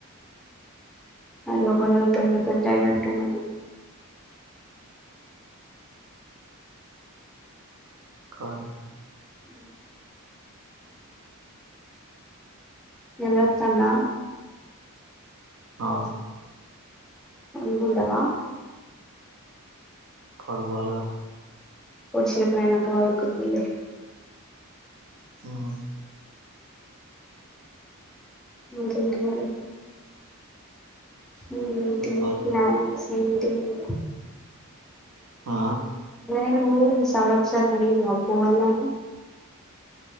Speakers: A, in the centre; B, on the right.
A: అ లోపల పెంట పెంట అయినట్టుంది
B: కానీ
A: ఉ నిద్రొస్తుందా
B: అవును
A: పండుకుంటావా
B: కొడుగోలుగా
A: కాసేపు అయినంక పడుకుందువులే
B: హ్మ్
A: ఇంకేంటి మరి ఇంకేంటి
B: చెప్పాలి
A: ప్లాన్స్ <unintelligible> ఇగ
B: ఆ
A: <unintelligible> నువ్వు సౌరబ్ సార్ నీ అడిగినవ పోవాలి అని